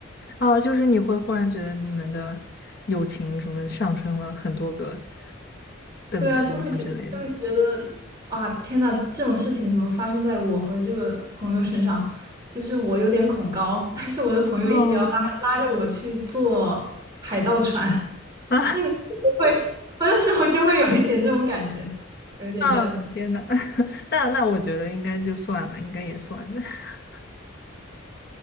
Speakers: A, on the left; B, on the right.
A: 哦，就是你会忽然觉得你们的友情什么上升了很多个等级吗之类的？
B: 对啊，就会觉就会觉得啊，天呐，这种事情怎么发生在我和这个朋友身上？就是我有点恐高，但是我的朋友一直要拉拉着我去坐海盗船，
A: 哦，<laughs> 啊，
B: <laughs> 我会，我那时候就会有一点这种感觉，有一点掉下来。
A: 啊，天呐，<laughs> 那那我觉得应该就算了，应该也算。<laughs>